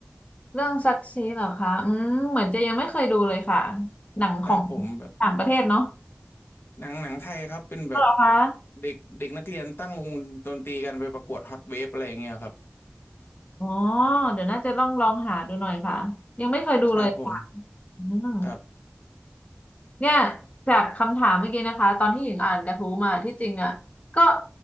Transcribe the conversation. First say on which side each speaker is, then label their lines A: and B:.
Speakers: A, on the left (about 35°); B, on the left (about 70°).
A: เรื่องซักซีเหรอคะอืมเหมือนจะยังไม่เคยดูเลยค่ะหนังของ
B: ครับผมแบบ
A: ต่างประเทศเนาะ
B: หนังหนังไทยครับเป็นแบบ
A: เหรอคะ
B: เด็กเด็กนักเรียนตั้งวงดนตรีกันไปประกวดฮอตเวฟอะไรอย่างเงี้ยครับ
A: อ๋อเดี๋ยวน่าจะต้องลองหาดูหน่อยค่ะยังไม่เคยดูเลยค่ะ
B: ครับผม
A: อืม
B: ครับ
A: เนี่ยจากคำถามเมื่อกี้นะคะตอนที่หญิงอ่านกระทู้มาที่จริงอ่ะก็